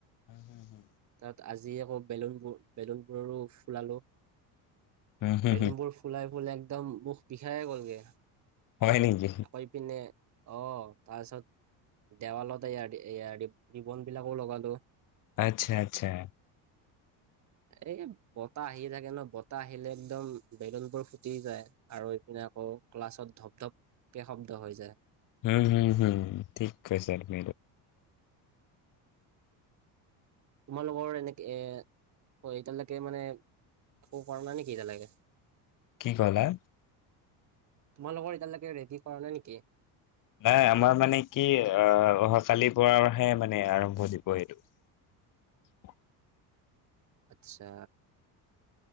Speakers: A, on the left (about 50°); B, on the right (about 40°).
A: উম হম হু
B: তাত আজি আকৌ বেলুনবোৰ বেলুনবোৰৰো ফুলালো।
A: হম হম
B: বেলুন বোৰ ফুলাই ফলে এক একদম মুখ বিষায়ে গ'লগে
A: হয় নেকি
B: আকৈপিনে অ তাৰপিছত দেৱালত ৰিবন বিলাকো লগালো
A: আচ্ছা আচ্ছা
B: এ বতাহ আহিয়ে থাকে ন বতাহ আহিলে একদম বেলুনবোৰ ফুটি যায় আৰু এইপিনে আকৌ ক্লাছত ধপ ধপ কে শব্দ হৈ যায়
A: হম হম হম ঠিক আ ছ ম
B: তোমালোকৰ এনেকে এ এতিয়ালৈকে মানে ক পৰা নাই নেকি এতিয়ালৈকে
A: কি কলা
B: তোমালোকৰ এতিয়ালৈকে ৰেডি কৰা নাই নেকি
A: নাই আমাৰ মানে কি আহ অহা কালিৰ পৰাহে মানে আৰম্ভ দিব এইেইটো
B: আচ্ছা